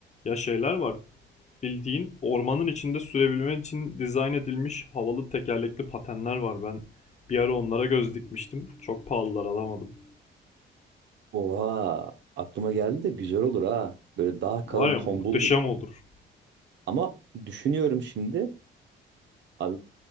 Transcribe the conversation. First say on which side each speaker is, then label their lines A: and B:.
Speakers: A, on the left; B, on the right.
A: Ya şeyler var. Bildiğin ormanın içinde sürebilmen için dizayn edilmiş havalı tekerlekli patenler var. Ben bir ara onlara göz dikmiştim. Çok pahalılar alamadım.
B: Oha. Aklıma geldi de güzel olur ha. Böyle daha
A: Var
B: kalın
A: ya
B: tombuldur.
A: muhteşem olur.
B: Ama düşünüyorum şimdi. Abi